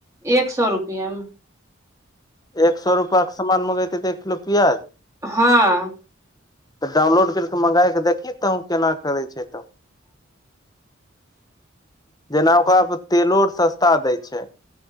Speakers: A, on the right; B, on the left.
A: एक सौ रुपैया में
B: एक सौ रुपक सामान मांगेताई तऽ एक किलो पिआज?
A: हँ
B: तऽ डाउनलोड कैर कऽ मँगाय कऽ देखियी तहूँ केना करै छै तऽ <inaudible> जेना ओकरा पर तेलो आर सस्ता दै छै।